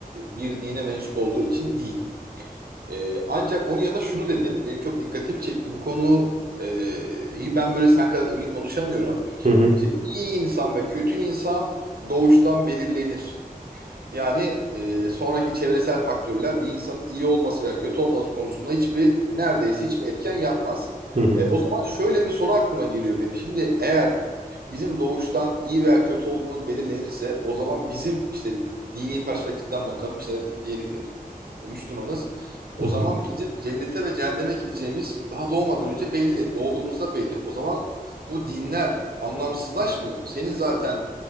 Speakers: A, on the right; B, on the right.
A: bir dine mensup olduğu için değil. Ee, ancak onun yanında şunu dedin. Benim çok dikkatimi çekti. Bu konu e, iyi ben böyle sen kadar emin konuşamıyorum.
B: Hı hı
A: İşte iyi insan ve kötü insan doğuştan belirlenir. Yani e, sonraki çevresel faktörler bir insanın iyi olması veya kötü olması konusunda hiçbir neredeyse hiçbir etken yapmaz.
B: hı hı
A: E, o zaman şöyle bir soru aklıma geliyor benim. Şimdi eğer bizim doğuştan iyi veya kötü olduğumuz belirlenirse o zaman bizim işte dini perspektiften bakalım işte diyelim ki e, Müslümanız. O
B: hı hı.
A: zaman bizim cennete ve cehenneme gideceğimiz daha doğmadan önce belli. Doğduğumuzda belli. O zaman bu dinler anlamsızlaşmıyor mu? Senin zaten